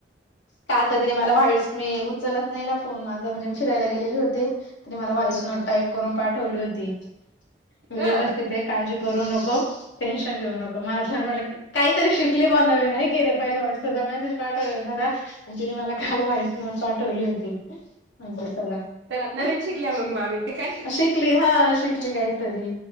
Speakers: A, on the left (about 80°); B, on the right (about 80°).
A: कालत तिने रे मला व्हाळच मे उचलत नाही ना फोन माझं म्हणजे मी फिरायला गेलेले होते तरी मला व्हॉइस नोट
B: हा
A: टाईप करून पाठवली होती व्यवस्थित
B: हा
A: काळजी करू नको टेनशन घेऊ नको मला छान वाटलं काहीतरी शिकली बुवा नवीन आहे की नाही पहिले व्हॉट्सअपला मेसेज पाठवलेला होता आणि तिने मला काल व्हाइट नॉट पाठवली होती मंत्र चला शिक
B: त्याला नवीन शिकल्या मग
A: शिकली
B: मामी ते काय
A: शिकली हा शिकली काहीतरी